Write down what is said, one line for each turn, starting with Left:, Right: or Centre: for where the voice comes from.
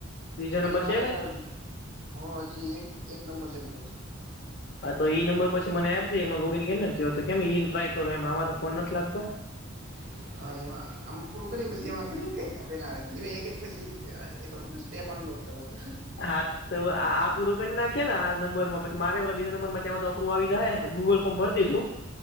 Left: ત્રીજા નંબર
Right: હજી મારા
Left: છે કઈ
Right: ક હા, હજી એક એક નંબર છે કદાચ.
Left: હા, તો એઈ નંબર પછી મને આપજો. એમાં લોગિન નથી, કેમ? ટ્રાય કરો એમ આમાં તો ફોન નથી લાગતો.
Right: <inaudible> હા એમાં આ પૂરું કરયે પછી એમાં કરીએ કઈક પેલા ધી એક એક પછી એક તે પણ ડોક્ટર હોય.
Left: હાથ તો આ પૂરો કરી નાખીએ ને આ નંબરમાં પછી મારે પેલા બીજા નંબરમા અપ્રુવ આવી જાહે ગૂગલ ફોર્મ ભર દીધું.